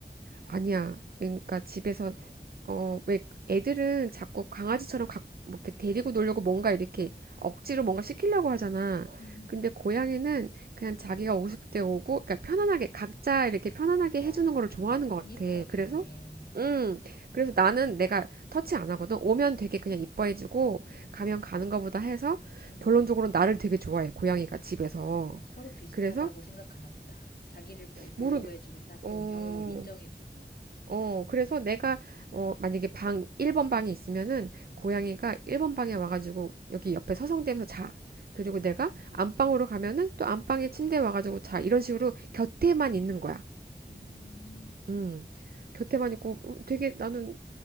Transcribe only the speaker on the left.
음.
야,
독립적이네.
음,
음.
아, 서로 비슷하다고
생각하나 보다. 자기를 보, 호해주고딱
병역을 인정해주고.
음,
음,
음,
음,